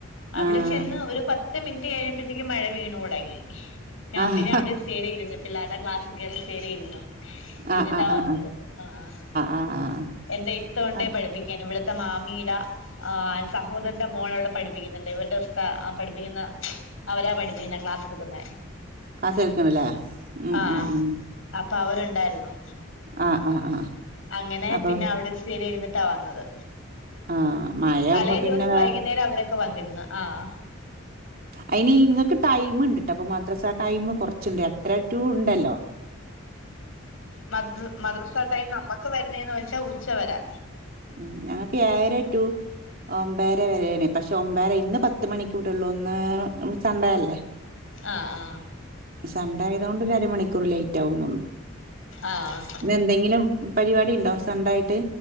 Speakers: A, on the left; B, on the right.
A: അവിടെ
B: ആഹ്
A: ചെന്ന് ഒരു പത്ത് പത്ത് മിനിറ്റ് കഴിഞ്ഞപ്പഴത്തേക്ക് മഴ വീണു തൊടങ്ങി. ഞാൻ
B: ആഹ്
A: പിന്നെ അവിടെ കസേരേലിരു പിള്ളേര്ടെ ക്ലാസികേറി സേരേരുന്നു. ഇരുന്നിട്ടാ
B: ആഹ് ആഹ് ആഹ്
A: വന്നത്. ആഹ്
B: ആഹ് ആഹ്
A: എൻറെ ഇത്ത ഉണ്ടേ
B: ആഹ്
A: പഠിപ്പിക്കാൻ ഇവിടുത്തെ മാമീടാ ആഹ് സഹോദരന്റെ മോളവ്ടെ പഠി പഠിപ്പിക്കുന്നുണ്ട്. ഇവര്ടെ ഉസ്താ ആ പഠിപ്പിക്കുന്ന അവരാ പഠിപ്പിക്കുന്നത് ക്ലാസ്സെടുക്കുന്നെ.
B: ക്ലാസ്സെടുക്കണല്ലേ ഉം
A: ആഹ്,
B: ഉം ഉം
A: അപ്പൊ അവരുണ്ടായിരുന്നു.
B: ആഹ് ആഹ് ആഹ്.
A: അങ്ങനെ
B: അപ്പൊ
A: പിന്നെ അവിടെ ച്ചിരിരുന്നിട്ടാ വന്നത്.
B: ആഹ് മഴയാവുമ്പോ
A: തലേദിവസം
B: പിന്നെ വേ
A: വൈകുന്നേരം അവരൊക്കെ വന്നിരുന്നു ആഹ്
B: അയിന് ഇങ്ങക്ക് ടൈമ്ണ്ട്ട്ടോ പ്പൊ മദ്രസ ടൈമ് കുറച്ച്ണ്ട് എട്ടരാ ടൂ ഉണ്ടല്ലോ?
A: മദ് മദറസ ടൈം നമ്മക്ക് വരുന്നേന്ന് വെച്ചാ ഉച്ചവരെ.
B: ഉം ഞങ്ങക്ക് ഏഴര ടൂ ഒമ്പതര വരേണേ പക്ഷെ ഒമ്പര ഇന്ന് പത്ത് മണി- ള്ളൂ ഇന്ന് സണ്ടേ അല്ലേ?
A: ആഹ് ആഹ്
B: സൺഡേ ആയതുകൊണ്ട് ഒരരമണിക്കൂർ ലേറ്റാവുന്നൊള്ളൂ.
A: ആഹ്
B: ഇന്നെന്തെങ്കിലും പരിവാടിയുണ്ടോ സൺ‌ഡേ ആയിട്ട്?